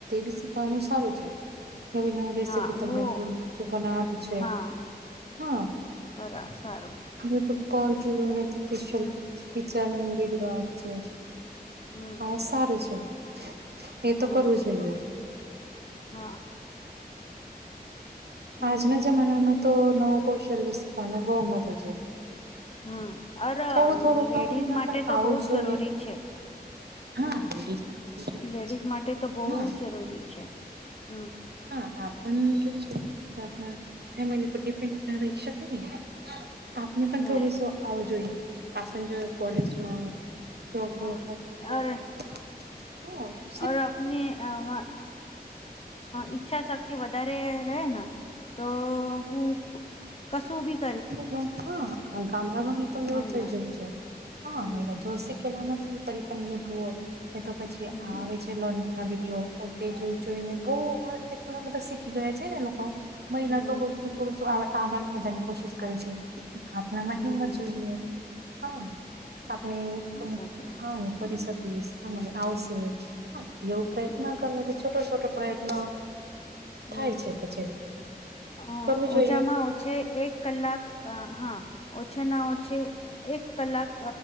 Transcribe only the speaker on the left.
હા
વો
હા
બરા સારું
હમ
હમ
હમ
હા. હમ
હમ અરે
લેડીઝ
માટે
તો
બહુ જ
જરૂરી છે
હમ
લેડીઝ
માટે તો બહુ
જ જરૂરી છે હમ
ને
હા
ઓર
ઓર આપની આવું ઈચ્છા શક્તિ વધારે રહે ને- - તો હું કશું બી- -
મહિલા
હમ
હમ
હમ
હમ
હમ
હમ
હમ
હ સાચી વાત
હમ
હમ
હમ્મ
અ
ઓછામાં ઓછે છે એક કલાક હા ઓછા ના ઓછે એક કલાક